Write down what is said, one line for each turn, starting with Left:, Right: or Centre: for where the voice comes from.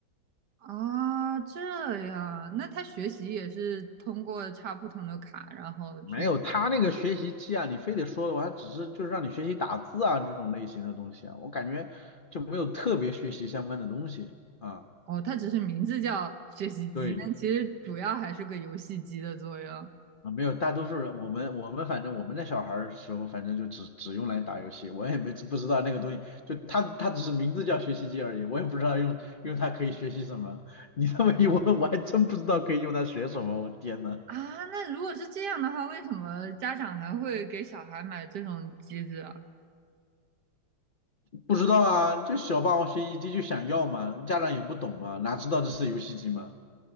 Right: 啊，这样，那他学习也是通过插不同的卡，然后去
Left: 没有，他那个学习机啊，你非得说的话，他只是就是让你学习打字啊这种类型的东西啊，我感觉就没有特别学习相关的东西啊。
Right: 哦，它只是名字叫学习机，
Left: 对
Right: 但其实主要还是个游戏机的作用
Left: 啊，没有，大多数人我们我们反正我们那小孩儿的时候，反正就只只用来打游戏，我也没不知道那个东西，就他他只是名字叫学习机而已，我也不知道用用它可以学习什么。你这么一问，我还真不知道可以用它学什么，我天呐，
Right: 啊。那如果是这样的话，为什么家长还会给小孩买这种机子啊？
Left: 不知道啊，就小霸王学习机就想要嘛，家长也不懂嘛，哪知道这是游戏机嘛。